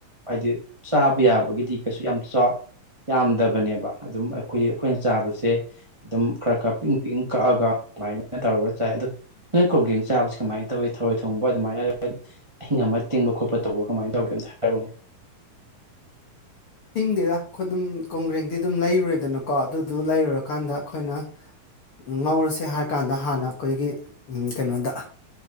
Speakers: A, on the right; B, on the left.
A: ꯍꯥꯏꯗꯤ ꯆꯥꯕ ꯌꯥꯕꯒꯤꯗꯤ ꯀꯩꯁꯨ ꯌꯥꯝ ꯆꯥ ꯌꯥꯝꯗꯕꯅꯦꯕ ꯑꯗꯨꯝ ꯑꯩꯈꯣꯏ ꯑꯩꯈꯣꯏꯅ ꯆꯥꯕꯁꯦ ꯑꯗꯨꯝ ꯈꯔ ꯈꯔ ꯄꯤꯡ ꯄꯤꯡ ꯀꯛꯑꯒ ꯑꯗꯨꯃꯥꯏꯅ ꯇꯧꯔꯒ ꯆꯥꯏ ꯑꯗꫭ ꯅꯣꯏ ꯀꫭꯡꯒ꯭ꯔꯦꯡ ꯆꯥꯕꯁꯤ ꯀꯃꯥꯏ ꯇꯧꯋꯤ ꯊꯔꯣꯏ ꯊꯣꯡꯕ ꯑꯗꯨꯃꯥꯏꯅ ꯑꯥꯠ ꯑꯍꯤꯡ ꯑꯃ ꯇꯤꯡꯕ ꯈꯣꯠꯄ ꯇꯧꯕ ꯀꯃꯥꯏ ꯇꯧꯒꯦ ꯑꯝꯇ ꯍꯥꯏꯔꯛꯎꯅꯦ
B: ꯇꯤꯡꯗꯦꯗ ꯑꯩꯈꯣꯏꯗꯨꯝ ꯀꯣꯡꯒ꯭ꯔꯦꯡꯗꯤ ꯑꯗꯨꯝ ꯂꯩꯔꯨꯔꯦꯗꯅꯀꯣ ꯑꯗꯨꯒ ꯂꯩꯔꯨꯔꯀꯥꯟꯗ ꯑꯩꯈꯣꯏꯅ ꯉꯧꯔꯁꯦ ꯍꯥꯏꯔꯀꯥꯟꯗ ꯍꯥꯟꯅ ꯑꯩꯈꯣꯏꯒꯤ ꯎꯝ ꯀꯩꯅꯣꯗ